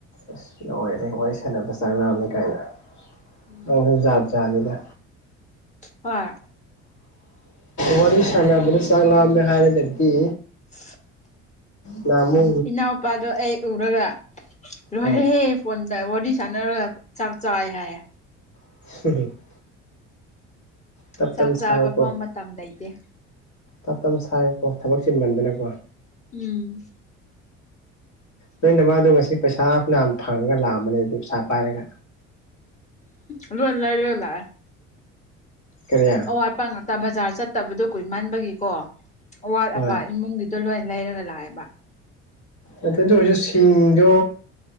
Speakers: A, on the left; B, on the left.
A: ꯑꯁ ꯂꯣꯏꯔꯦ ꯋꯥꯔꯤ ꯁꯥꯟꯅꯕꯗ ꯆꯥꯛ ꯂꯥꯝꯃꯦ ꯀꯥꯏꯅ
B: ꯎꯝ
A: ꯅꯪꯖꯨ ꯖꯥꯠ ꯖꯥꯠꯅꯤꯗ
B: ꯍꯣꯏ
A: ꯋꯥꯔꯤ ꯁꯥꯟꯅꯕꯗ ꯆꯥꯛ ꯂꯥꯛꯃꯦ ꯍꯥꯏꯔꯒꯗꯤ
B: <inaudible>
A: ꯅꯥꯃꯨ
B: ꯏꯅꯥꯎꯄꯥꯗꯣ ꯑꯩ ꯎꯔꯒ ꯔꯣꯏꯔꯦꯍꯦ
A: ꯍꯣꯏ
B: ꯐꯣꯟꯗ ꯋꯥꯔꯤ ꯁꯥꯟꯅꯔꯒ ꯆꯥꯛ ꯆꯥꯏ ꯍꯥꯏꯌꯦ
A: <unintelligible> ꯇꯞ
B: ꯆꯥꯛ
A: ꯇꯞꯅ ꯁꯥꯏꯌꯨꯀꯣ
B: ꯆꯥꯕ ꯐꯥꯎ ꯃꯇꯝ ꯂꯩꯇꯦ
A: ꯇꯞ ꯇꯞ ꯁꯥꯏꯌꯨꯀꯣ ꯊꯕꯛ ꯆꯤꯟꯃꯟꯗꯅꯀꯣ
B: ꯎꯝ
A: ꯅꯣꯏ ꯅꯃꯥꯗꯣ ꯉꯁꯤ ꯄꯩꯁꯥꯐꯅꯌꯥꯝ ꯐꯪꯉꯒ ꯂꯥꯛꯑꯝꯃꯅꯤ ꯑꯗꯨ ꯄꯩꯁꯥ ꯄꯥꯏꯔꯒ
B: ꯎꯝ ꯂꯣꯏ ꯂꯩꯔꯒ ꯂꯥꯛꯑꯦ
A: ꯀꯔꯤ
B: ꯑꯋꯥꯠꯄ ꯉꯥꯛꯇ ꯕꯖꯥꯔ ꯆꯠꯇꯕꯗꯣ ꯀꯨꯏꯃꯟꯕꯒꯤꯀꯣ ꯑꯋꯥꯠ
A: ꯍꯣꯏ
B: ꯑꯄꯥ ꯏꯃꯨꯡꯒꯤ ꯗꯣ ꯂꯣꯏ ꯂꯩꯔꯒ ꯂꯥꯛꯑꯦꯕ
A: ꯑꯗꯣ ꯑꯗꯨ ꯑꯣꯏꯔꯖꯨ ꯁꯤꯡꯗꯣ